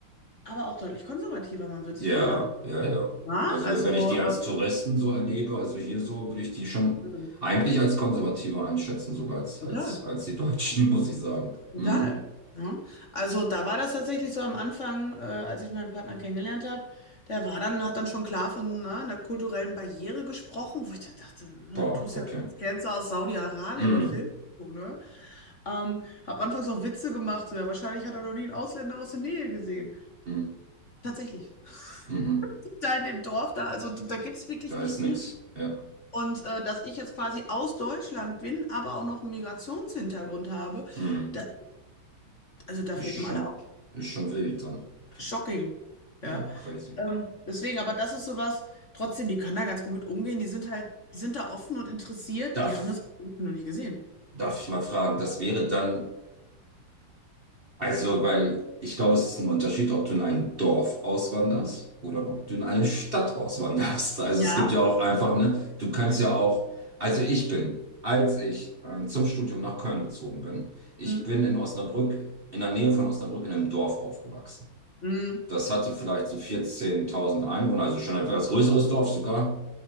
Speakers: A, on the left (about 35°); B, on the right (about 30°).
A: aber auch deutlich konservativer, man wird
B: Ja,
A: sich wundern.
B: ja, ja.
A: Ja,
B: Also
A: also,
B: wenn ich die als Touristen so erlebe, also hier so, würde ich die schon
A: ähm,
B: eigentlich als konservativer einschätzen, sogar als,
A: total.
B: als, als die Deutschen, <laughs> muss ich sagen.
A: Total.
B: Mhm.
A: Ja. Also da war das tatsächlich so am Anfang, äh, als ich meinen Partner kennengelernt habe, der war dann, hat dann schon klar von ne, einer kulturellen Barriere gesprochen, wo ich dann dachte, ne,
B: Boah,
A: du tust ja
B: okay.
A: als Cancer aus Saudi-Arabien
B: Mhm.
A: und filmst du, ne? Ähm, hab anfangs auch Witze gemacht, so ja, wahrscheinlich hat er noch nie einen Ausländer aus der Nähe gesehen.
B: Mhm.
A: Tatsächlich. <laughs>
B: Mhm.
A: Da in dem Dorf, da, also da gibt's wirklich
B: Da
A: nicht
B: ist
A: viel.
B: nix. Ja.
A: Und äh, dass ich jetzt quasi aus Deutschland bin, aber auch noch einen Migrationshintergrund habe,
B: Mhm.
A: da, also da
B: Ist
A: flippen
B: schon,
A: alle aus.
B: ist schon wild dann. Okay.
A: Shocking,
B: Ja,
A: ja.
B: crazy.
A: Ähm, deswegen, aber das ist sowas, trotzdem, die können da ganz gut mit umgehen. Die sind halt, die sind da offen und interessiert.
B: Darf,
A: Die haben das noch nie gesehen.
B: darf ich mal fragen, das wäre dann, also, weil ich glaube, es ist ein Unterschied, ob du in ein Dorf auswanderst oder ob du in eine Stadt auswanderst. Also
A: Ja.
B: es gibt ja auch einfach, ne, du kannst ja auch, also ich bin, als ich äh, zum Studium nach Köln gezogen bin, ich
A: Hm,
B: bin in Osnabrück, in der Nähe von Osnabrück in einem Dorf aufgewachsen.
A: hm,
B: Das hatte vielleicht so 14.000 Einwohner, also schon ein etwas größeres Dorf sogar.